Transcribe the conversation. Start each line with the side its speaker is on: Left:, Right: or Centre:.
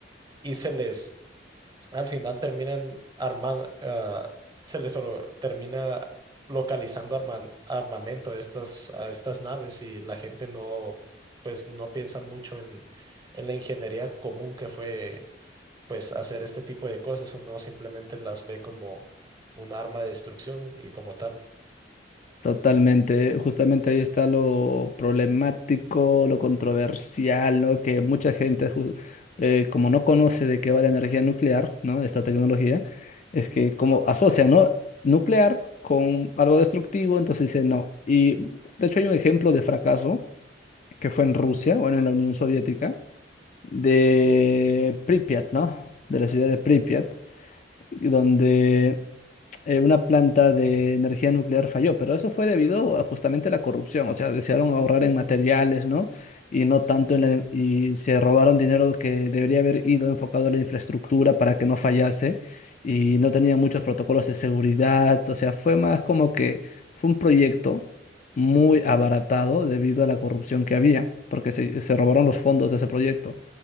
Right: y se les al final terminan armando, se les oro- termina localizando arman- armamento a estas, a estas naves y la gente no, pues no piensa mucho en, en la ingeniería común que fue, pues hacer este tipo de cosas, uno simplemente las ve como un arma de destrucción y como tal.
Left: Totalmente, justamente ahí está lo problemático, lo controversial, ¿no? Que mucha gente, ju- eh, como no conoce de qué va la energía nuclear, ¿no? Esta tecnología, es que como asocia, ¿no? Nuclear con algo destructivo, entonces dice no. Y de hecho hay un ejemplo de fracaso que fue en Rusia, bueno, en la Unión Soviética, de Pripyat, ¿no? De la ciudad de Pripyat, donde eh, una planta de energía nuclear falló, pero eso fue debido a justamente la corrupción, o sea, desearon ahorrar en materiales, ¿no? Y no tanto en la- y se robaron dinero que debería haber ido enfocado a la infraestructura para que no fallase y no tenían muchos protocolos de seguridad, o sea, fue más como que fue un proyecto muy abaratado debido a la corrupción que había, porque se, se robaron los fondos de ese proyecto.